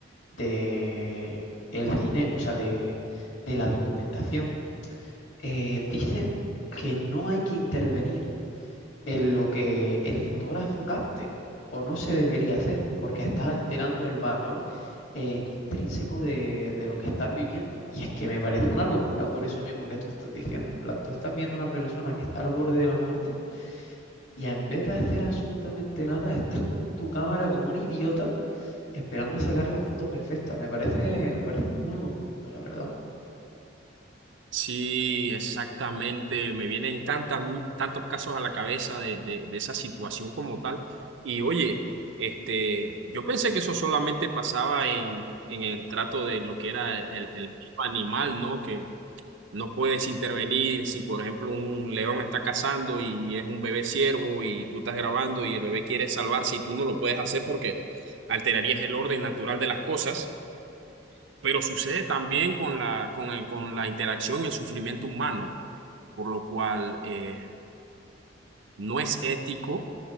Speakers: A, on the left (about 75°); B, on the right (about 70°).
A: de el cine, o sea, de, de la documentación, eh, dicen que no hay que intervenir en lo que el fotógrafo capte, o no se debería hacer, porque está alterando el valor eh, intrínseco de, de lo que estás viviendo. Y es que me parece una locura, por eso mismo que tú estás diciendo. En plan, tú estás viendo una persona que está al borde de la muerte y en vez de hacer absolutamente nada, estás con tu cámara como un idiota esperando a sacar la foto perfecta. Me parece, me parece un muy buen punto, la verdad.
B: Sí, exactamente. Me vienen tantas, tantos casos a la cabeza de, de, de esa situación como tal. Y oye, este, yo pensé que eso solamente pasaba en, en el trato de lo que era el, el- el animal, ¿no? Que No puedes intervenir si, por ejemplo, un león está cazando y es un bebé ciervo y tú estás grabando y el bebé quiere salvarse y tú no lo puedes hacer porque alterarías el orden natural de las cosas. Pero sucede también con la, con el- con la interacción y el sufrimiento humano, por lo cual eh, no es ético,